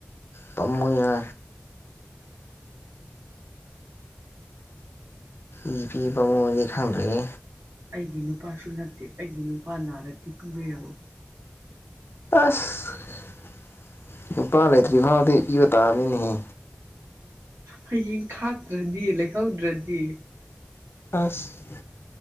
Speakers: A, on the left (about 60°); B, on the right (about 75°).
A: ꯇꯞꯃꯨ ꯌꯥ ꯏ ꯄꯤꯕ ꯃꯅꯤ ꯈꯪꯗ꯭ꯔꯦ
B: ꯑꯩꯒꯤ ꯅꯨꯄꯥꯁꯨ ꯅꯠꯇꯦ ꯑꯩꯒꯤ ꯅꯨꯄꯥ ꯅꯥꯔꯗꯤ ꯄꯤꯕ ꯌꯥꯋꯨ
A: ꯑꯁ ꯄꯥ ꯂꯩꯇ꯭ꯔꯤꯐꯥꯗ ꯏ ꯇꯥꯔꯅꯤꯅꯤꯍ
B: ꯍꯌꯦꯡ ꯈꯥꯛꯇ꯭ꯔꯗꯤ ꯂꯩꯍꯧꯗ꯭ꯔꯗꯤ
A: ꯑꯁ